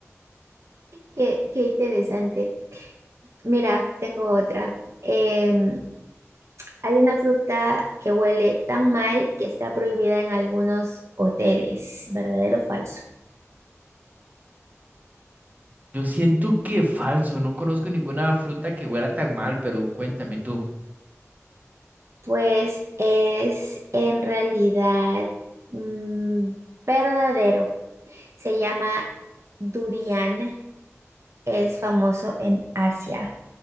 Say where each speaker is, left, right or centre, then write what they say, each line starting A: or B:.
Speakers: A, on the right (about 65°); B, on the right (about 30°).
A: Qué, qué interesante. Mira, tengo otra. Em, Hay una fruta que huele tan mal que está prohibida en algunos hoteles, ¿verdadero o falso?
B: Yo siento que falso, no conozco ninguna fruta que huela tan mal, pero cuéntame tú.
A: Pues es en realidad mm, verdadero. Se llama durian, es famoso en Asia.